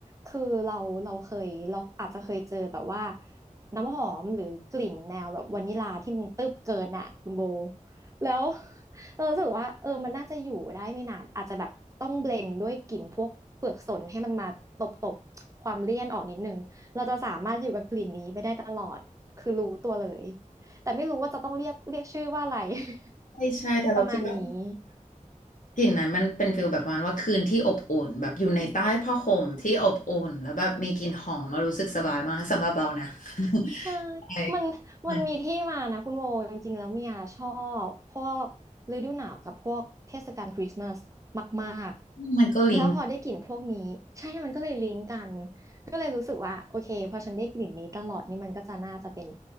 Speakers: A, on the right; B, on the left.
A: คือเราเราเคยเราอาจจะเคยเจอแบบว่าน้ำหอมหรือกลิ่นแนวแบบวานิลาที่มันตึ๊บเกินอ่ะคุณโบแล้ว <laughs> เรารู้สึกว่าเออมันน่าจะอยู่ได้ไม่นานอาจจะแบบต้องเบลนด์ด้วยกลิ่นพวกเปลือกสนให้มันมาตบตบความเลี่ยนออกนิดนึงเราจะสามารถอยู่กับกลิ่นนี้ไปได้ตลอดคือรู้ตัวเลยแต่ไม่รู้ว่าจะต้องเรียกเรียกชื่อว่าอะไร
B: ใช่ใช่แต่เราคิดว่า
A: <laughs> ประมาณนี้
B: กลิ่นนั้นมันเป็นฟิลแบบประมาณว่าคืนที่อบอุ่นแบบอยู่ในใต้ผ้าห่มที่อบอุ่นแล้วแบบมีกลิ่นหอมมารู้สึกสบายมากสำหรับเรานะ
A: ใช่
B: <laughs> ใช่
A: มันมันมีที่มานะคุณโวจริงๆแล้วเมียชอบพวกฤดูหนาวกับพวกเทศกาลคริสต์มาส
B: มัน
A: มากๆแล้วพอได้กลิ่นพวกนี้ใช่มันก็เลยลิงก์กัน
B: มันก็ลิงก์
A: ก็เลยรู้สึกว่าโอเคพอฉันได้กลิ่นนี้ตลอดนี่มันก็จะน่าจะเป็น